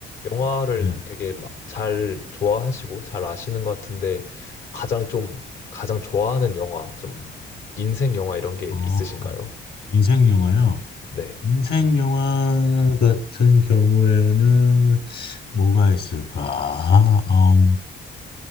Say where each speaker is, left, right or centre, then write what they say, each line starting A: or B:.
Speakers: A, on the left; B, on the left.
A: 영화를
B: 네.
A: 되게 막 잘 좋아하시고 잘 아시는 것 같은데 가장 좀 가장 좋아하는 영화, 좀 인생 영화 이런 게
B: 어,
A: 있으신가요?
B: 인생 영화요.
A: 네.
B: 인생 영화 같은 경우에는 뭐가 있을까? 어,